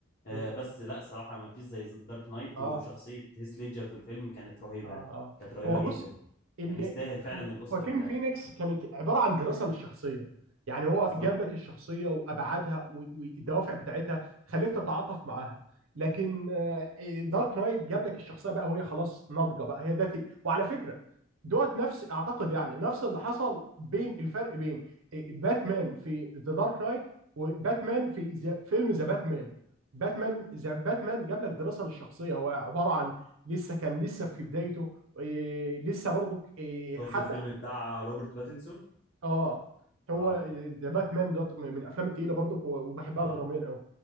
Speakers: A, on the left (about 40°); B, on the right (about 85°).
A: آه
B: مم.
A: بس لا صراحة ما فيش زي دارك نايت
B: اه
A: وشخصية هيث ليدجر في الفيلم كانت رهيبة
B: اه اه
A: يعني كانت رهيبة
B: هو
A: جدا
B: بص اللي
A: كان يستاهل فعلا الأوسكار
B: خواكين
A: بتاعه
B: فينيكس كانت عباره عن دراسه للشخصيه يعني هو
A: بالظبط
B: جاب لك الشخصيه وابعادها و- والدوافع بتاعتها خليك تتعاطف معاها لكن آه، دارك نايت جاب لك الشخصيه بقى وهي خلاص ناضجه بقى هي ده وعلى فكره دوت نفس اعتقد يعني نفس اللي حصل بين الفرق بين آه، باتمان في ذا دارك نايت وباتمان في ذا- فيلم ذا باتمان باتمان ذا باتمان جاب لك دراسه للشخصيه هو عباره عن لسه كان لسه في بدايته إيه لسه برضو إيه
A: تقصد
B: حتى
A: الفيلم بتاع روبرت باتنسون
B: اه هو
A: اه
B: ذا باتمان دوت من الافلام التقيله برضو وبحبها
A: اه
B: دراميا قوي